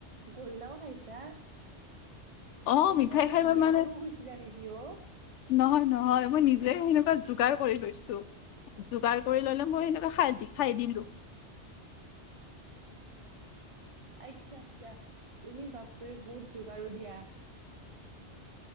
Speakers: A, on the right (about 30°); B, on the left (about 80°).
A: গুল্লাও খাইছা?
B: অ
A: তুমি
B: মিঠাই
A: কৰবাত
B: খাই মই
A: বিয়া
B: মানে
A: খাব গৈছিলা নেকি অ'?
B: নহয়, নহয়, মই নিজে সেনেকুৱা যোগাৰ কৰি লৈছো। যোগাৰ কৰি ল'লে, মই সেনেকুৱা খাই দি, খাই দিলো।
A: আচ্ছা, আচ্ছা, তুমি বাপৰে, বহুত যোগাৰো দিয়া।